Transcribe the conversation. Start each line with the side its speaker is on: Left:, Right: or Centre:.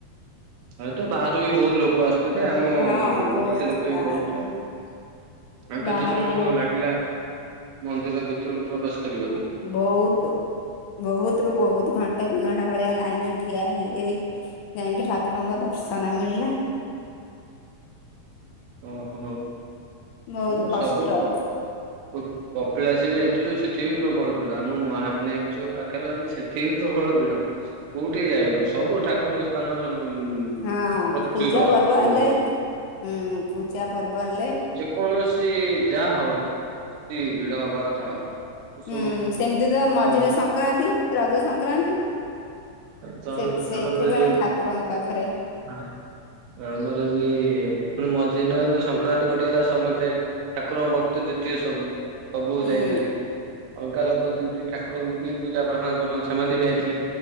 Right: ହଁତ ବାହାରୁ ବି ବହୁତ ଲୋକ ଆସୁଥିବେ ଆମ
Left: ହଁ ବହୁତ
Right: ଓଡିଶା ଲୋକ ବି
Left: ବାହାରୁ
Right: ବହୁତ। ଆଉ କେତେ
Left: ବାହାରୁ
Right: ସମୟ
Left: ବହୁ
Right: ଲାଗିଲା ମନ୍ଦିର ଭିତରକୁ ପ୍ରବେଶ କରିବାକୁ?
Left: ବହୁତ ବହୁତ ରୁ ବହୁତ ଘଣ୍ଟା ଦି ଘଣ୍ଟା ଭଳିଆ ଲାଇନରେ ଠିଆ ହେଇ ହେଇ ଯାଇକି ଠାକୁରଙ୍କର ଦର୍ଶନ ମିଳିଲା।
Right: ଓହୋ
Left: ବହୁତ
Right: ମୁ
Left: କଷ୍ଟରେ
Right: ସବୁ କପିଳାସୀ ବି ଯାଇଥିଲୁ ସେଠି ବି ପ୍ରବଳ ପିଡ ଆମ ମହାବିନାୟକ ଯୋଉ ପାଖରେ ଅଛି ସେଠି ବି ପ୍ରବଳ ଭିଡ। କୋଉଠି ଯାଇ ହଉନି ସବୁ ଠାକୁରଙ୍କ ସ୍ଥାନର ପ୍ରଚୁର
Left: ହଁ ପୂଜା ପର୍ବ ହେଲେ
Right: ଲୋକ।
Left: ହୁଁ ପୂଜା ପର୍ବ ହେଲେ।
Right: କୌଣସି ଯାହା ହଉ ସେଠି ଭିଡ ହବା କଥା ହବ। ଏସବୁ
Left: ହୁଁ ସେମିତି ତ ମଝିରେ
Right: ହଁ
Left: ସଂକ୍ରାନ୍ତି ରଜ ସଂକ୍ରାନ୍ତି।
Right: ଯଉ
Left: ସେ ସେଥିପାଇଁ
Right: ଆମର ବି ଯେ
Left: ଠାକୁରଙ୍କ ପାଖରେ।
Right: ହଁ ରଜ ରେ ବି ପୁଣି ମଝିରେ ସଂକ୍ରାନ୍ତି ପଡିଗଲା ସମସ୍ତେ। ଠାକୁରଙ୍କ ଭକ୍ତ ଯେତିକି ସବୁ। ସବୁ
Left: ହୁଁ
Right: ଯାଇଥିଲେ ଅଲଗା ଲୋକ ଯେମିତି ଠାକୁରଙ୍କୁ ବି ପୂଜା ପ୍ରାର୍ଥନା କରୁଛନ୍ତି ସେମାନେ ବି ଯାଇଥିଲେ।